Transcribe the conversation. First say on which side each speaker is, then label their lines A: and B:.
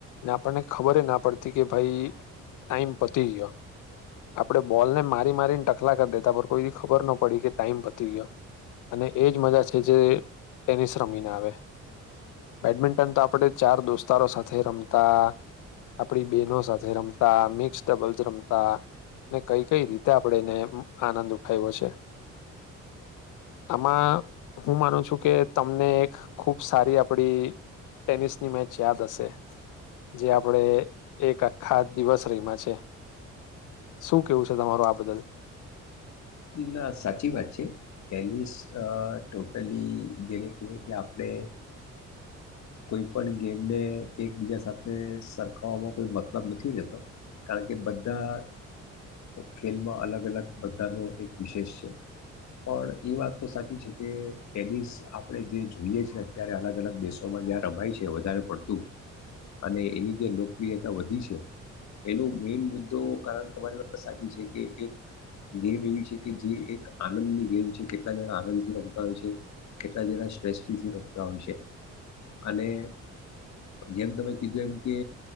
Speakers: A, on the left; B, on the left.
A: આપણને ખબર ના પડતી કે ભાઈ ટાઈમ પતી ગયો આપડે બોલ ને મારી મારીને ટકલા કરી દેતા પર કોઈ ખબર ના પડ પડી કે ટાઈમ પતી ગયો અને એજ મજા છે, જે ટેનિસ રમીને આવે બેડમિન્ટન તો આપણે ચાર દોસ્તારો સાથે રમતા આપડી બેહેનો સાથે રમતા મિક્સ ડબલ્સ રમતા અને કઈ કઈ રીતે આપણે એને આનંદ ઉઠાય્યો છે. આમાં હું માનું છું, કે તમને એક ખુબ સારી આપડી ટેનિસની મેચ યાદ હશે. જે આપણે એક આખા દિવસ રહીમાં છે શું કેવું છે. તમારો આ બદલ
B: ના સાચી વાત છે, ટેનિસ ટોટલી જેને કહીએ કે, આપણે કોઈ પણ ગેમને એકબીજા સાથે સરખાવવામાં કોઈ મતલબ નથી. રહેતો કારણ કે બધા ખેલમાં અલગ અલગ બધાનો એક વિશેષ છે પણ એ વાત તો સાચી છે. કે ટેનિસ આપણે જે જોઈએ છે અત્યારે અલગ અલગ દેશોમાં જ્યાં રમાય છે વધારે પડતું અને એની જે લોકપ્રિયતા વધી છે એનું મેઇન મુદ્દો કારણ તમારી વાત સાચી છે કે, એક ગેમ એવી છે. જે એક આનંદની ગેમ છે કેટલા જણા આનંદથી રમતા હોય છે કેટલા જણા સ્ટ્રેસ ફ્રીથી રમતા હોય છે અને જેમ તમે કીધું એમ કે